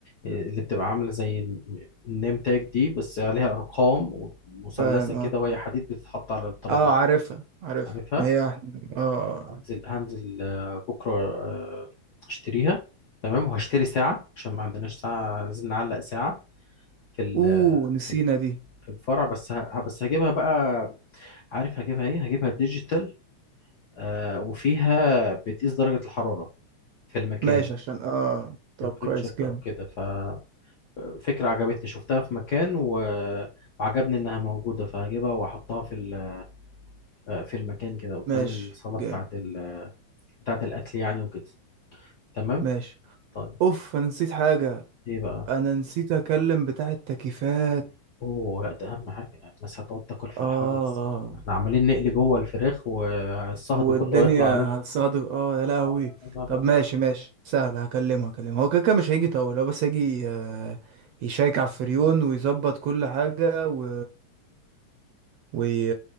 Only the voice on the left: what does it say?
اللي بتبقى عاملة زي ال- النيم تاج دي بس عليها ارقام مثلثة
كده
وهي حديد بتتحط على الترابيزة
عارفها
هنزل هنزل آه، بكرة آه، اشتريها تمام وهشتري ساعة عشان ما عندناش ساعة عايزين نعلق ساعة في ال-
في
في الفرع بس ه... بس هجيبها بقى عارف هجيبها ايه هجيبها ديجيتال آه وفيها بتقيس درجة الحرارة في المكان
تمبريتشر
بقى وكده ففكرة عجبتني شفتها في مكان و... وعجبني انها موجودة فهجيبها واحطها في ال... آه، في المكان كده قدام
الصالة
بتاعة ال... بتاعة الاكل يعني وكده تمام
طيب
ايه بقى
اوه لا ده اهم حاجة يعني الناس هتقعد تاكل في
الحر ازاي
احنا عمالين نقلي جوه الفراخ والصهد
كله هيطلع عليهم
لا لا لا لا